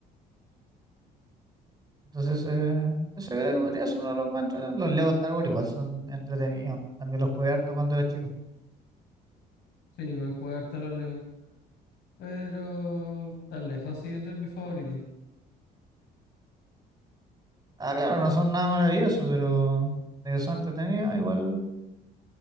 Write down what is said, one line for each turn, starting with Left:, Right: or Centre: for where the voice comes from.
Right: Entonces, eh, eso creo que podría ser uno de los más entretenidos. Los Lego Star Wars igual son entretenidos. También los jugué harto cuando era chico.
Left: Sí, igual jugar harto a los Lego. Pero tan lejos sí es mi favorito.
Right: Ah, claro, no son nada maravillosos, pero de que son entretenidos, igual